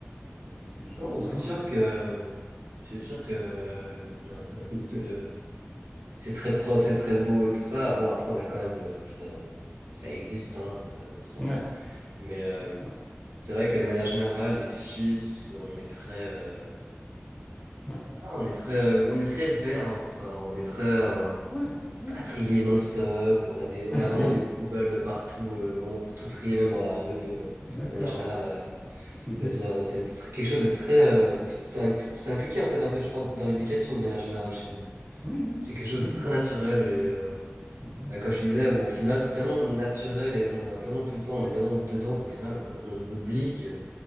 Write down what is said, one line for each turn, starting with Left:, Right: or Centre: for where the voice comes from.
Left: bon, bah, c'est déjà
Right: Bon,
Left: bien.
Right: c'est sûr que, c'est sûr que, euh, <laughs> c'est très propre, c'est très beau et tout ça. Bon, après, on a quand même, euh, je veux dire, ça existe, hein, euh, on s'entend.
Left: Oui,
Right: Mais, euh,
Left: bien sûr.
Right: c'est vrai que de manière générale, les Suisses, on est très, euh,
Left: Ouais,
Right: ah, on est très, euh, on est très vert, hein, pour ça. On est très, euh, on va
Left: ouais, ouais.
Right: à trier non-stop. On a des,
Left: <laughs>
Right: on
Left: Ah
Right: a vraiment
Left: ouais,
Right: des poubelles partout, euh, vraiment pour tout trier, même dans la rue, euh, de
Left: D'accord.
Right: manière générale. euh,
Left: Mhm.
Right: Je veux dire, c'est tr- quelque chose de très, euh, c'est inc- c'est inculqué en fait un peu, je pense, dans l'éducation de manière générale chez nous.
Left: Oui, oui,
Right: C'est quelque chose
Left: oui,
Right: de
Left: oui.
Right: très naturel et, euh,
Left: Mhm.
Right: bah, comme je te disais, où au final c'est tellement naturel et on le voit tellement tout le temps, on est tellement dedans qu'au final on, on oublie que,